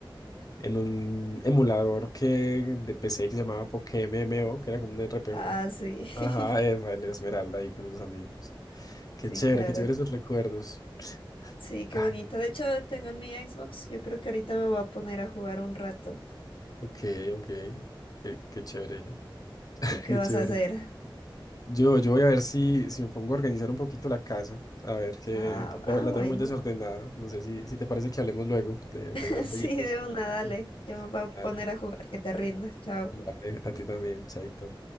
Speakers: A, on the left; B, on the left.
A: en un emulador que de PC que se llamaba PokéMMO, que era como un RPG.
B: Ah, sí. <laughs>
A: Ajá, esa, el Esmeralda ahí con unos amigos.
B: Sí,
A: Qué chévere,
B: claro.
A: qué chévere esos recuerdos.
B: Sí, qué
A: Ay,
B: bonito. De hecho, tengo en mi Xbox. Yo creo que ahorita me voy a poner a jugar un rato.
A: ok, ok. Qué, qué chévere, <laughs>
B: ¿Tú qué
A: qué
B: vas
A: chévere.
B: a hacer?
A: Yo, yo voy a ver si, si me pongo a organizar un poquito la casa. A ver, que,
B: Ah,
A: que te-
B: ah,
A: la
B: bueno.
A: tengo muy desordenada. No sé si, si te parece que hablemos luego de,
B: <laughs>
A: de más
B: Sí,
A: jueguitos.
B: de una, dale.
A: Mm.
B: Yo me voy a poner
A: Vale,
B: a jugar, que te rinda. Chao.
A: vale, a ti también, Chaito.